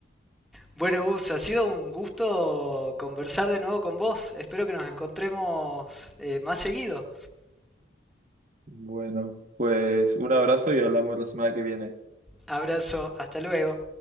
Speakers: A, in the centre; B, on the right (about 45°).
A: Bueno, Gus, ha sido un gusto conversar de nuevo con vos. Espero que nos encontremos eh, más seguido.
B: Bueno, pues un abrazo y hablamos la semana que viene.
A: Abrazo, hasta luego.